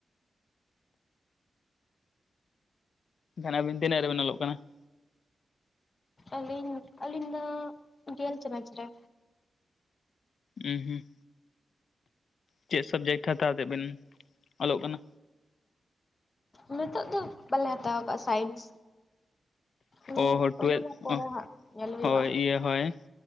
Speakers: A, on the left; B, on the left.
A: ᱡᱟᱦᱱᱟᱜ ᱢᱤᱛᱤᱫᱤᱱᱜ ᱨᱮᱵᱤᱱ ᱚᱞᱚᱜ ᱠᱟᱱᱟ? <inaudible>
B: ᱟᱹᱞᱤᱧ ᱟᱞᱤ ᱫᱚ ᱜᱮᱞ ᱪᱟᱱᱟᱪ ᱨᱮ᱾
A: ᱩᱸ ᱦᱩᱸ ᱪᱮᱜ ᱥᱟᱵᱡᱮᱠᱴ ᱦᱟᱛᱟᱣ ᱛᱮᱜ ᱵᱮᱱ ᱚᱞᱚᱜ ᱠᱟᱱᱟ?
B: ᱱᱤᱛᱚᱜ ᱫᱚ ᱵᱟᱞᱮ ᱦᱟᱛᱟᱣ ᱠᱟᱜᱼᱟ ᱥᱟᱭᱤᱱᱥ᱾ ᱚᱸ
A: ᱚ ᱦᱚ ᱴᱩᱭᱮᱞᱵᱷ
B: ᱚᱱᱟ ᱢᱟ ᱯᱚᱨᱮ
A: ᱚ
B: ᱦᱟᱸᱜ ᱧᱮᱞ ᱦᱩᱭᱩᱜᱼᱟ᱾
A: ᱦᱳᱭ ᱤᱭᱟᱹ ᱦᱳᱭ